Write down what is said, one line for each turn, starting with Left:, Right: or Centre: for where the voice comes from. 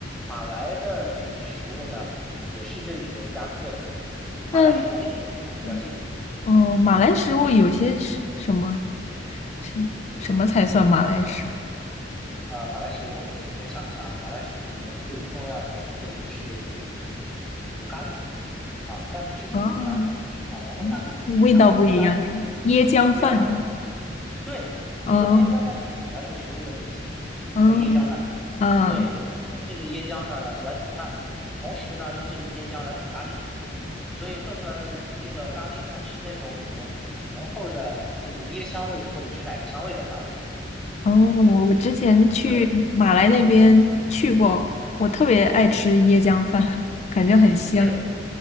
Centre: 马来的这个食物呢，也是这里的一大特色。
Left: 那
Centre: 马来食物和印度食物比较接近
Left: 嗯哦，马来食物有些是什么什么什么才算马来食
Centre: 啊、呃马来食物我跟你分享一下啊，马来食物里面最重要的特点是有有咖喱啊，但不是印度的咖喱，
Left: 物啊？
Centre: 是马来的咖喱。
Left: 嗯味道不一样是吗？
Centre: 然后这个咖喱里面
Left: 椰浆饭，
Centre: 味道完全不一样。对，你说那些浆饭就是马来的食物的典型，
Left: 嗯嗯啊
Centre: 叫椰浆饭。对，他们用这个椰浆呢来煮饭，同时呢用这个椰浆来煮咖喱。所以做出来的这个咖喱呢，是那种有很浓厚的这个椰香味或者是奶香味的咖喱。
Left: 哦，我之前去马来那边去过，
Centre: 对，
Left: 我特别爱吃椰浆饭，感觉很香。
Centre: 是，